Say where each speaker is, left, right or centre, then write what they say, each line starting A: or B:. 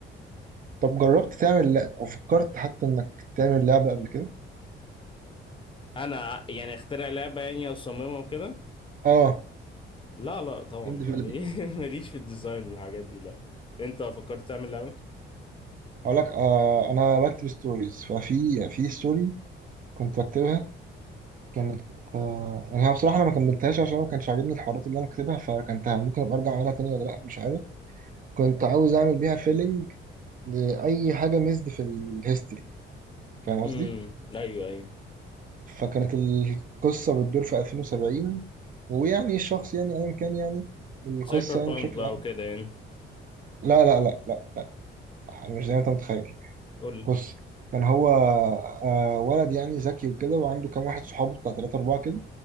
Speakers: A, on the right; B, on the left.
A: طب جربت تعمل لع- او فكرت حتى انك تعمل لعبه قبل كده
B: انا يعني اخترع لعبة يعني اصممها وكده
A: اه
B: لا لا طبعا
A: جيم ديفلوبينج
B: يعني <laughs> ماليش في الديزاين والحاجات دي لا انت فكرت تعمل لعبة
A: هقول لك آه انا بكتب ستوريز ففي في ستوري كنت بكتبها كانت آه يعني هي بصراحه انا ما كملتهاش عشان ما كانش عاجبني الحوارات اللي انا كاتبها فكنتها ممكن ابقى ارجع اعملها تاني ولا لا مش عارف كنت عاوز اعمل بيها فيلنج لاي حاجه ميزد في الهيستوري فاهم قصدي
B: امم ايوه ايوه
A: فكانت القصه بتدور في 2070 ويعني الشخص يعني ايا كان يعني القصه
B: سايبر بانك
A: يعني بشكل
B: بقى
A: عام
B: وكده يعني
A: لا لا لا لا لا يعني مش زي ما انت متخيل
B: قول لي
A: بص كان هو آه، ولد يعني ذكي وكده وعنده كام واحد صحابه بتاع تلاتة أربعة كده